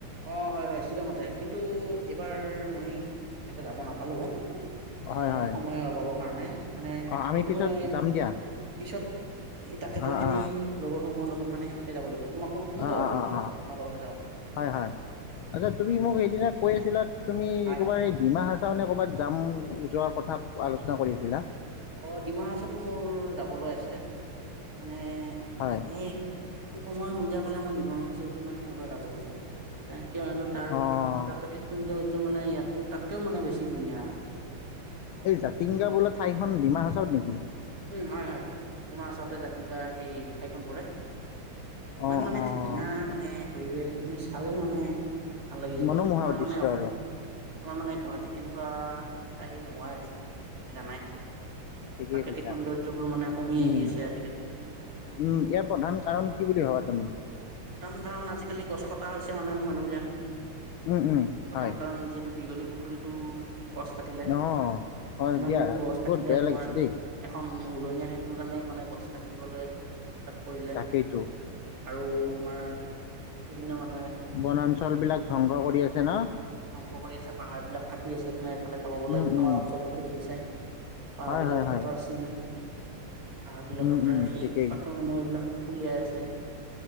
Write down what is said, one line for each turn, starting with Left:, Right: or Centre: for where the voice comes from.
Right: অ হয় হয় শ্বিলঙতে কিন্তু এইবাৰ মই এনেকে যাব নাপালো মানে
Left: হয়, হয়।
Right: সময়ৰ অভাৱৰ কাৰণে মানে
Left: অ' আমি
Right: কিন্তু
Left: পিছত
Right: মই
Left: যাম দিয়া।
Right: পিছত এই তাকেতো
Left: অ',
Right: খেনি
Left: অ',
Right: লগৰ সময়হৰ লগ মানেনেকে যাবাগিব <unintelligible> তোমাকো তুমি
Left: অ',
Right: যাব
Left: অ',
Right: পাৰিবা
Left: অ', অ',
Right: তোমাৰ লগতে যাব পাৰিবা
Left: হয়, হয়। আচ্ছা তুমি মোক সেইদিনা কৈ আছিলা তুমি
Right: হয়
Left: কবাৰ এই ডিমা তাৰ মমানে ক'ৰবাত জাম যোৱাৰ কথা আলোচনা কৰি আছিলা
Right: অ ডিমা হাচতো মোৰ যাবলৈ আছে মানে
Left: হয়।
Right: এই <inaudible> সময় সুবিধা পালেই মই ডিবনৰৰ ওচৰতো মানে এবাৰ যাব খোজো তাই কিয় হেনো তাৰ
Left: অ'
Right: প্ৰাকৃতিক সুন্দ্য মানে ইয়াতকে তাতকেও মানে বেছি ধুনীয়া <inaudible>
Left: এই জাতিংগা
Right: তোমাৰ
Left: বোলে ঠাইখন ডিমা হ চব নেকি
Right: উম হয় হয় হিমাহাচাতে জতিং গা সেই ঠাইখন পৰে <inaudible> ইমান
Left: অ',
Right: মানে
Left: অ'।
Right: ধুনীয়া মানে পৰিৱেশ তুমি চালেই মানে ভাল লাগি যাব
Left: মনোমোহা
Right: আমাৰ
Left: দৃশ্য
Right: মানে
Left: আৰু
Right: আমাৰ মানে কোৱা তেনেকুৱা ঠাই নোহোৱাই হৈছে জানাই
Left: া
Right: প্ৰাকৃতিক সৌন্দৰ্যবোৰ মানে কমি
Left: উম
Right: আহি আছে আজিকালি
Left: উম ইয়াৰ প্ৰধান কাৰণ কি বুলি ভবা আমি
Right: প্ৰধান কাৰণ আজিকালি গছ প তা হৈছে মানুহ মানুহ বিলাকে
Left: উম উম
Right: প্ৰধান
Left: হয়
Right: কাৰণ যিহেতু দীঘলী পু পুখুৰীটো গছ কাটিলে
Left: অঁ হয়
Right: ইমানবোৰ
Left: দিয়া
Right: গছ
Left: বহুত
Right: কাটিলে
Left: বেয়া লাগিছে
Right: তোমাৰ
Left: দেই
Right: এখন উৰণীয়া সে টো কাৰণে মানে গছ কাটি দিবলৈ লাক কৰিলে
Left: তাকেইতো
Right: আৰু তোমাৰ বিভিন্ন মান
Left: বনাঞ্চল বিলাক ধ্বংস কৰি আছে ন
Right: ংস কৰি আছে পাহাৰ বিলাক কাটি আছে তোমে ফালে চাব গ'লে
Left: উম
Right: আমাৰ
Left: উম
Right: অঞ্চলটোতো দেখি চাই পাহাৰ
Left: হয়
Right: বিলাক
Left: হয় হয়
Right: কাটাৰ চিন আহবলাকৰ
Left: উম
Right: প্ৰায়
Left: উম ঠিকেই
Right: পাথৰসমূহ এইবিলাক উলিয়াই ছে